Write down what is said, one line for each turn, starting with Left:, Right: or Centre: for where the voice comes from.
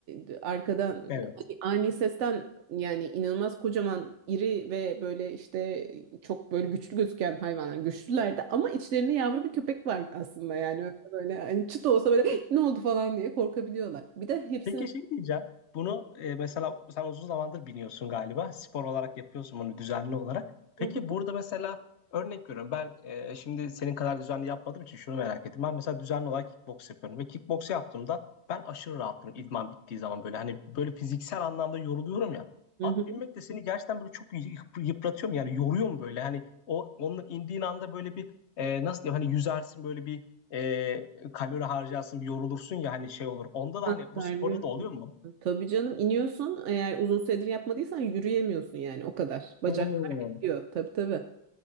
Right: e, arkadan
Left: Evet.
Right: hani ani sesten yani inanılmaz kocaman iri ve böyle işte e, çok böyle güçlü gözüken hayvanlar güçlülerdi ama içlerinde yavru bir köpek var aslında yani öyle böyle hani çıt olsa böyle "Hey, ne oldu falan diye korkabiliyorlar. Bir de hepsinin
Left: Peki şey diyeceğim. Bunu e, mesela sen uzun zamandır biniyorsun galiba. Spor olarak yapıyorsun bunu düzenli olarak. Peki
Right: Hı hı.
Left: burada mesela örnek veriyorum. Ben e, şimdi senin kadar düzenli yapmadığım için şunu merak ettim. Ben mesela düzenli olarak kickbox yapıyorum. Ve kickbox yaptığımda ben aşırı rahatım idman bittiği zaman böyle. Hani böyle fiziksel anlamda yoruluyorum ya.
Right: Hı
Left: At
Right: hı.
Left: binmek de seni gerçekten böyle çok yıp- yıpratıyor mu? Yani yoruyor mu böyle? Hani o onun indiğin anda böyle bir e, nasıl diyeyim? Hani yüzersin böyle bir e, kalori harcarsın, yorulursun ya hani şey olur. Onda da
Right: Ha,
Left: hani
Right: terliyorsun.
Left: bu sporda da oluyor mu?
Right: Tabii canım iniyorsun eğer uzun süredir yapmadıysan yürüyemiyorsun yani o kadar. Bacaklar
Left: Hmm,
Right: bitiyor tabii tabii.